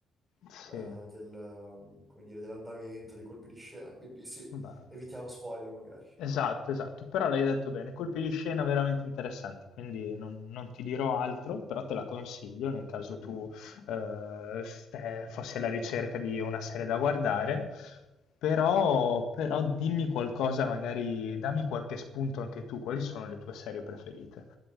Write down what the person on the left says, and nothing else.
Sì,
vabbè.
Esatto, esatto, però l'hai detto bene, colpi di scena veramente interessanti, quindi non, non ti dirò altro, però te la consiglio nel caso tu eh, ste- fossi alla ricerca di una serie da guardare, però, però dimmi qualcosa, magari dammi qualche spunto anche tu, quali sono le tue serie preferite?